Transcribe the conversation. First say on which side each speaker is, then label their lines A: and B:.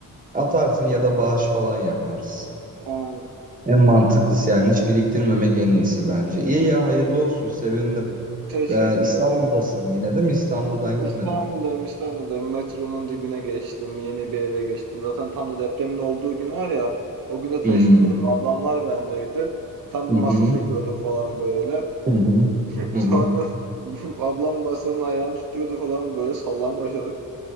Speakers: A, on the right (about 25°); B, on the right (about 75°).
A: Atarsın ya da bağış falan yaparsın.
B: aynen.
A: En mantıklısı yani hiç biriktirmemek en iyisi bence. İyi ya hayırlı olsun sevindim.
B: Teşekkür
A: Ya İstanbul'dasın
B: ederim.
A: yine değil mi? İstanbul'dan
B: İstanbul'dayım,
A: gitmedin.
B: İstanbul'dayım. Metronun dibine geçtim, yeni bir eve geçtim. Zaten tam da depremin olduğu gün var ya, o gün taşınıyordum.
A: Hmm.
B: Ablamlar bendeydi. Tam bir
A: Hı
B: masa
A: hı.
B: söküyorduk falan böyle.
A: Hı hı.
B: <laughs> Sonra
A: Hı hı.
B: <laughs> ablam masanın ayağını tutuyordu falan böyle sallan başladık.